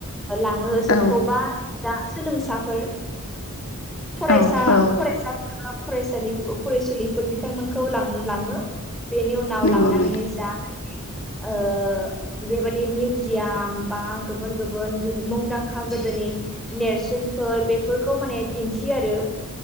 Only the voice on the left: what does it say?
औ
औ औ
नंगौ नोंथां